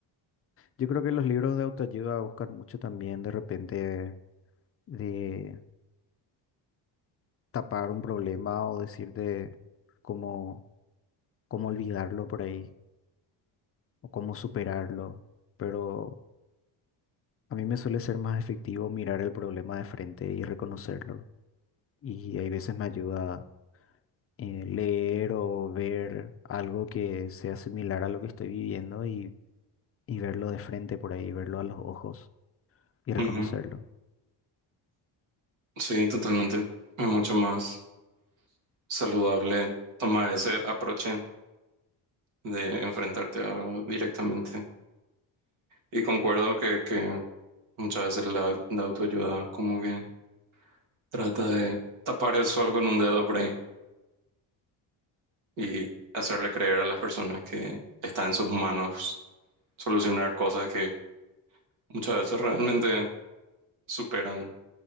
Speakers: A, on the left (about 30°); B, on the right (about 75°).
A: yo creo que los libros de autoayuda buscan mucho también de repente de tapar un problema o decirte cómo, cómo olvidarlo por ahí o cómo superarlo. Pero a mí me suele ser más efectivo mirar el problema de frente y reconocerlo. Y hay veces me ayuda eh, leer o ver algo que sea similar a lo que estoy viviendo y, y verlo de frente por ahí, verlo a los ojos y reconocerlo.
B: Ujú. Sí, totalmente. Es mucho más saludable tomar ese aproche de enfrentarte a algo directamente. Y concuerdo que, que muchas veces la, la autoayuda como que trata de tapar el sol con un dedo por ahí y hacerle creer a las personas que está en sus manos solucionar cosas que muchas veces realmente superan